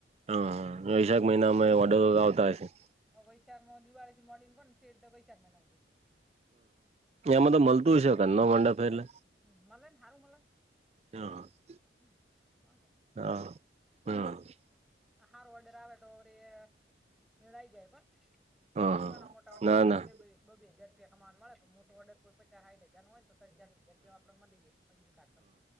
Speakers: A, on the right (about 35°); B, in the centre.
A: હ હ વૈશાખ મહિનામાં ઓર્ડર આવતા હશે.
B: વૈશાખ મ દિવાળીથી મોડીન કોણ સટ વૈશાખ મહિના સુધી
A: એમાં તો મલતું હશે ઘરનો મંડપ સે એટલે
B: હું હું મલે <unintelligible>
A: <unintelligible>
B: <unintelligible>
A: હ હ
B: સારો ઓર્ડર આવે તો <unintelligible> મેળ આઈ જાય પણ.
A: હા
B: ના ના મોટા ઓડરમાં
A: ના
B: <unintelligible> બ બે હજ રૂપિયા કમાવાનું મળે પણ મોટો ઓર્ડર કોઈ પચાસ સાઠ હજાર હોય તો <unintelligible> <unintelligible> આપળો મલી રે મજૂરી કાઢતા- -